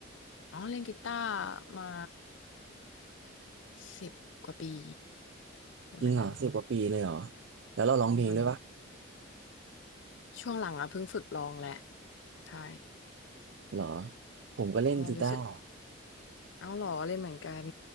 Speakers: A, on the left; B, on the right.
A: อ๋อเล่นกีตาร์มาสิบกว่าปีประมาณนั้น
B: จริงเหรอสิบกว่าปีเลยเหรอแล้วเราร้องเพลงด้วยปะ
A: ตอนช่วงหลังอ่ะเพิ่งฝึกร้องแหละใช่
B: เหรอผมก็เล่นกีตาร์
A: เพราะว่ารู้สึก เอาเหรอเล่นเหมือนกัน